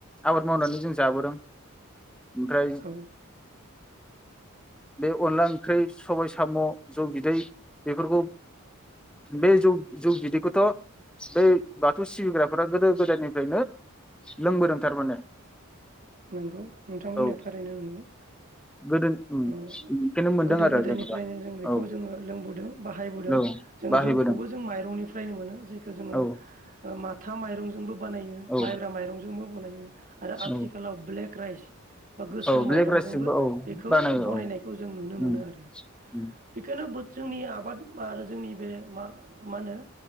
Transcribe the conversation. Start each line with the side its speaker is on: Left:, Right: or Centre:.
Centre: आबाद मावनानै जों जाबोदों। ओमफ्राय।
Right: औ
Centre: बे अनला ओंख्रि सबाय साम' जौ बिदै बेफोरखौ, बे जौ जौ बिदैखौथ' बे बाथौ सिबिग्राफोरा गोदो गोदायनिफ्रायनो लोंबोदों थारमाने।
Right: नंगौ नोंथां बुंनाया
Centre: औ
Right: थारैनो नंगौ।
Centre: गोदो उम
Right: ओ
Centre: बेखौनो मोनदों
Right: गोदो
Centre: आरो
Right: गोदायनिफ्रायनो
Centre: जेनेबा
Right: जों बेखौ
Centre: औ
Right: जोङो लोंबोदों, बाहायबोदों
Centre: औ
Right: जोङो
Centre: बाहायबोदों
Right: जौखौबो जों माइरंनिफ्रायनो मोनो। जेखौ जोङो
Centre: औ
Right: माथा माइरं जोंबो बानायो
Centre: औ
Right: माइब्रा माइरंजोंबो बनाय आरो आथि आथिखालाव
Centre: औ
Right: ब्लेक क्राइस बा गोसोम
Centre: औ
Right: माइरंजोंबो
Centre: ब्लेक राइसजोंबो औ
Right: बेखौ
Centre: बानायो
Right: बनायनायखौ
Centre: औ
Right: जों नुनो मोनो
Centre: उम
Right: आरो,
Centre: उम
Right: बेखौनो बोथ जोंनि आबाद आरो जोंनि बे मा मा होनो